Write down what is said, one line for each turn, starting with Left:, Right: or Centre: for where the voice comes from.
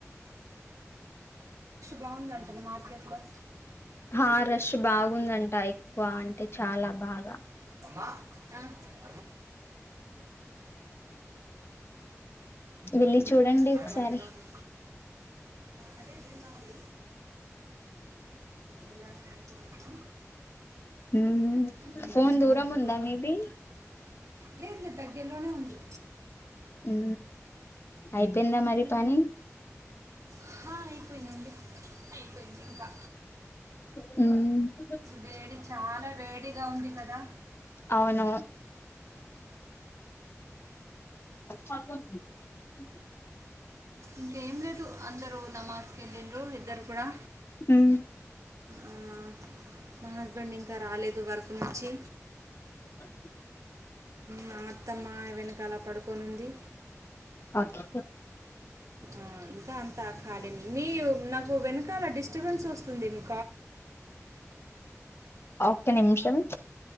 Right: బాగుందంటన మార్కెట్ లో.
Left: ఆహ్ రష్ బాగుందంట ఎక్కువ అంటే చాలా బాగా.
Right: ఆహ్.
Left: వెళ్ళి చూడండి
Right: కండలు
Left: ఒకసారి
Right: తినమ్మా అదే వెళ్ళాలి వెళ్దామని అనుకుంటున్నాం
Left: హు హు
Right: ఇంకేమవుతుందో
Left: ఫోన్ దూరం ఉంద మీది
Right: లేదు లేదు దగ్గర్లోనే ఉంది
Left: హు అయిపోయిందా మరి పని
Right: హ అయిపోయిదండి అయిపోయింది ఇంకా
Left: ఉ
Right: వేడి చాలా వేడిగా ఉంది కదా
Left: అవును <unintelligible>
Right: ఇంకేం లేదు అందరూ నమస్ ఇలింద్ర ఇద్దరు కూడా
Left: ఉమ్
Right: ఆ, మా హస్బెండ్ ఇంకా రాలేదు వర్క్ నుంచి
Left: అ
Right: మా అత్తమ్మ వెనకలా పడుకొని ఉంది
Left: ఓకే
Right: ఆ ఇంకా అంతా ఖాళీని మీ నాకు వెనకాల డిస్ స్టబన్స్ వస్తుంది మీకు
Left: ఒక్క నిమిషం